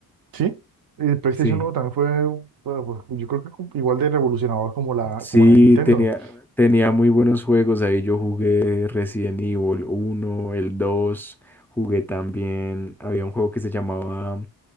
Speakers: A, on the right (about 60°); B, in the centre.
A: Sí, el PlayStation
B: Sí.
A: uno también fue, bueno, pues, yo creo que como- igual de revolucionador como la,
B: Sí,
A: como la de Nintendo.
B: tenía,
A: <clears throat>
B: tenía muy buenos juegos. Ahí yo jugué Resident Evil uno, el 2. Jugué también. Había un juego que se llamaba.